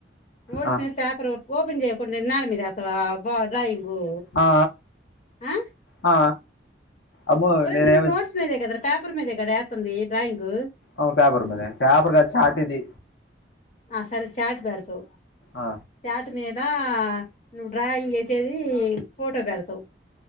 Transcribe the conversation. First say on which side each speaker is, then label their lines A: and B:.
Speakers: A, on the left (about 45°); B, on the left (about 80°).
A: నోడ్స్కు
B: ఆ,
A: మిద పేపర్ ఓపన్ చేయకుండా నెల మీద ఎత్తవా బా రయ్యివ్వు
B: ఆ,
A: ఆ
B: ఆ అమ్మో
A: ఒరేయి
B: నేనేమి
A: నువ్వు నోట్స్ మీద కదా పేపర్ మీదే కదా ఎత్తంది డ్రాయింగ్
B: అవు పేపర్ మీద పేపర్ కాదు చాట్ ఇది
A: ఆ సరే చాట్ పెడతావు
B: ఆ
A: చాట్ మీద నువ్వు డ్రాయింగ్ వేసేది ఫోటో పెడతావు